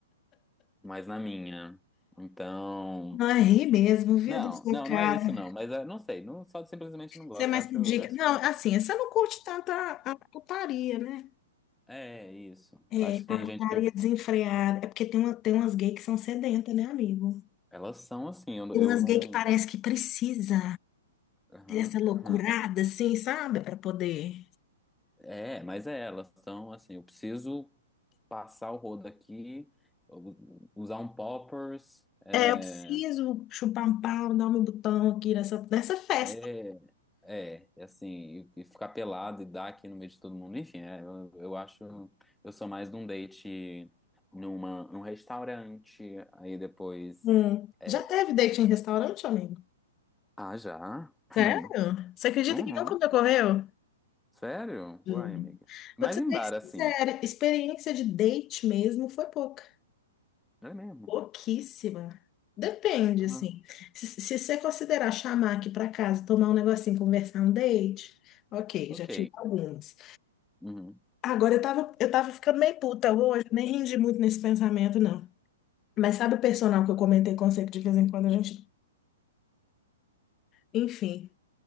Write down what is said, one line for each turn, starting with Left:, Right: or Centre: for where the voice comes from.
Centre: mais na minha. Então.
Left: Não é rir mesmo, viu,
Centre: Não,
Left: da sua
Centre: não,
Left: cara.
Centre: não é isso, não. Mas é, não sei, não, só simplesmente não gosto.
Left: Você é mais
Centre: Acho,
Left: por dica.
Centre: acho
Left: Não,
Centre: que. hum,
Left: assim, você não curte tanto a, a putaria, né?
Centre: É isso. Acho
Left: É,
Centre: que tem
Left: a putaria
Centre: gente que.
Left: desenfreada. É porque tem, uma, tem umas gays que são sedentas, né, amigo?
Centre: Elas são assim, eu,
Left: Tem
Centre: eu
Left: umas
Centre: não.
Left: gays que parece que precisa
Centre: Aham.
Left: dessa loucurada,
Centre: Hum.
Left: assim, sabe? Para poder.
Centre: É, mas é, elas são assim, eu preciso. passar o rodo aqui, u- usar um poppers, é,
Left: É, eu preciso chupar um pau, dar meu botão aqui nessa, nessa festa.
Centre: é, é, e assim, e, e ficar pelado e dar aqui no meio de todo mundo. Enfim, é, eu, eu acho, eu sou mais de um date numa, num restaurante, aí depois.
Left: Hum.
Centre: é,
Left: Já teve date em restaurante, amigo?
Centre: Ah, já? <clears throat>
Left: Sério?
Centre: Hum.
Left: Você acredita
Centre: Uhum.
Left: que nunca me ocorreu?
Centre: Sério?
Left: Juro.
Centre: Uai, amiga. Mas
Left: Vou te ser
Centre: em
Left: bem
Centre: bar,
Left: sincera,
Centre: assim.
Left: experiência de date mesmo foi pouca.
Centre: É mesmo?
Left: Pouquíssima. Depende,
Centre: Ah,
Left: assim. Se, se você considerar chamar aqui pra casa, tomar um negocinho, conversar um date, ok,
Centre: ok.
Left: já tive algumas.
Centre: Uhum.
Left: Agora eu tava, eu tava ficando meio puta hoje, nem rendi muito nesse pensamento, não. Mas sabe o personal que eu comentei com você que de vez em quando a gente. Enfim,